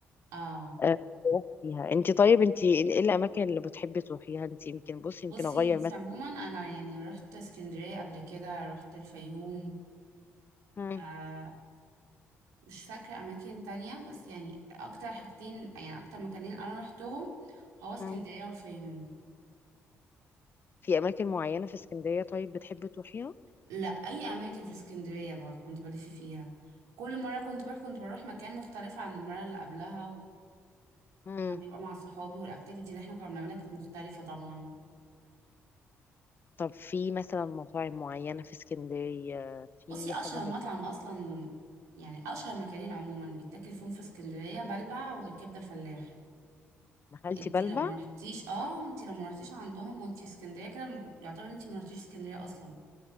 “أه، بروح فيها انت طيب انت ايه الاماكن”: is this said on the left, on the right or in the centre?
Left